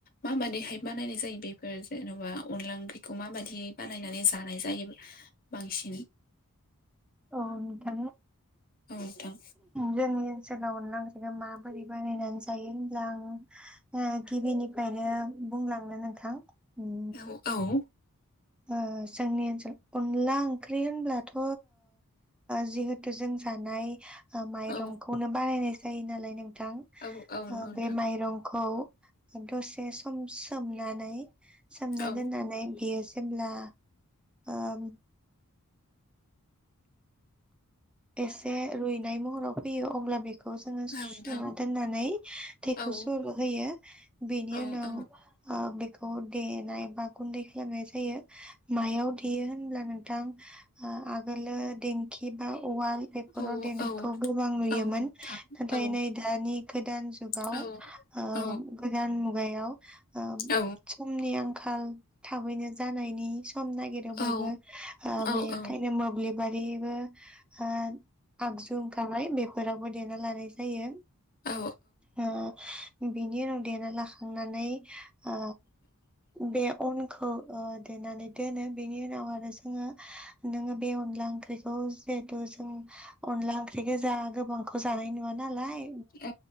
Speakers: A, on the left; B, in the centre.
A: माबादिहाय बानायनाय जायो बेफोर जेनेबा अनला ओंख्रिखौ माबाददि बानायनानै जानाय जायो। बांसिन
B: औ नोंथां
A: औ नोंथां
B: जोंनि ओनसोलाव अनला ओंख्रिखौ माबोरै बानायनानै जायो होनब्ला आं गिबिनिफ्रायनो बुंलांनो नोंथां उम
A: औ औ।
B: ओ जोंनि ओनसोलाव अनला ओंख्रि होनब्लाथ' जिहेथु जों जानाय माइरंखौनो
A: औ
B: बानायनाय जायो नालाय नों थां
A: औ औ नंगौ नोंथां
B: बे माइरं खौ दसे सम सोमनानै सोमना
A: औ
B: दोननानै बेयो जेब्ला ओम एसे रुइनाय महराव फैयो अब्ला बे खौ जोङो सुना
A: औ नोंथां
B: दोननानै दैखौ
A: औ
B: सर होयो बेनि
A: औ
B: उनाव
A: औ
B: ओ बेखौ देनाय बा गुन्दै खालामनाय जायो मायाव देयो होनब्ला नोंथां। ओ आगोलो दिंखि बा उवाल बेफोराव
A: औ
B: देनायखौ
A: औ
B: गोबां नुयोमोन
A: औ नोंथां
B: नाथाय
A: औ
B: नै दानि गोदान जुगाव
A: औ
B: ओ
A: औ
B: गोदान मुगायाव ओ
A: औ
B: समनि आंखाल थाबैनो जानायनि सम नागिरो
A: औ
B: बयबो बेनिखायनो
A: औ औ
B: मोब्लिब बारैबो आ आगजुं ओंखारबाय बे फोरावबो देना लानाय जायो।
A: औ
B: अ बिनि उनाव देना लाखांनानै आ बे अन औ ओ देनानै दोनो बेनि उनाव आरो जोंङो नोंङो बे अनला ओंख्रिखौ जिहेथु जों अनला ओंख्रि गोजा गोबां खौ जानाय नुवा नालाय
A: औ